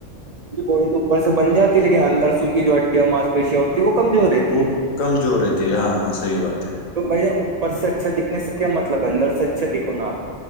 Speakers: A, on the right; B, on the left.
A: بوڑی تو اوپر سے بن جاتی ہے لیکن اندر سے کی جو ہڈیاں ما پیشیاں ہوتی ہے وہ کمزور رہتی
B: وہ
A: ہے
B: کمزور رہتی ہے ہاں ہاں صحیح بات ہے
A: تو بھیا اوپر سے اچھا دکھنے کیا مطلب ہے اندر سے اچھا دکھو نا آپ